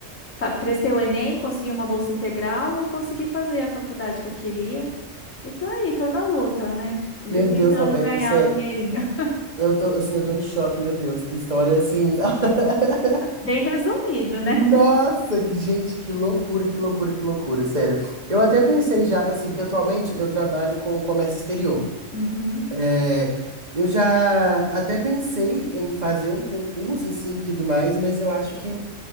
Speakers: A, on the left (about 85°); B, on the right (about 30°).
A: Fa- Prestei o Enem, consegui uma bolsa integral e consegui fazer a faculdade que eu queria. E tô aí, tô na luta, né?
B: Meu
A: Tentando
B: Deus, Roberta,
A: ganhar
B: sério.
A: o dinheirinho. <laughs>
B: Eu tô, assim, eu tô em choque, meu Deus, que história assim. <laughs>
A: Bem resumido,
B: Nossa,
A: né?
B: que- gente, que loucura, que loucura, que loucura, sério. Eu até pensei já, assim, porque atualmente eu trabalho com comércio exterior.
A: Uhum,
B: É, eu já até pensei em fazer um concurso, assim, e tudo mais, mas eu acho que